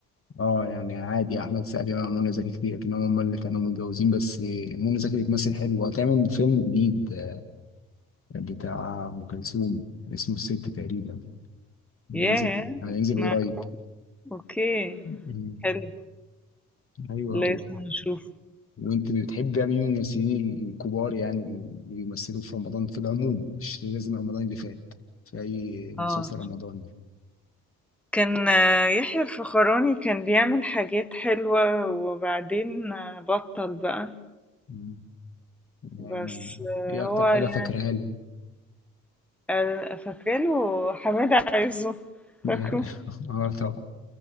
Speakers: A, on the left; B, in the centre.
A: اه يعني عادي احمد سعد مع منى زكي كتير لكن هم اللي كانوا متجوزين بس منى زكي بتمثل حلو وهتعمل فيلم جديد آه، بتاع ام كلثوم اسمه الست تقريبا هينزل
B: ياه
A: هينزل
B: ما-
A: قريب
B: اوكي
A: مم.
B: حلو
A: ايوه
B: لازم نشوف
A: وانت بتحب مين من الممثلين الكبار يعني اللي بيمثلوا في رمضان في العموم مش لازم رمضان اللي فات في اي مسلسل
B: اه
A: رمضان
B: كان آه، يحيى الفخراني كان بيعمل حاجات حلوة وبعدين آه، بطل بقى
A: مم. يعني
B: بس آه،
A: ايه
B: هو
A: اكتر حاجه
B: يعني
A: فاكرها له
B: آه، فاكرة له حمادة عزه
A: يعني-
B: فاكره
A: <laughs> اه طبعا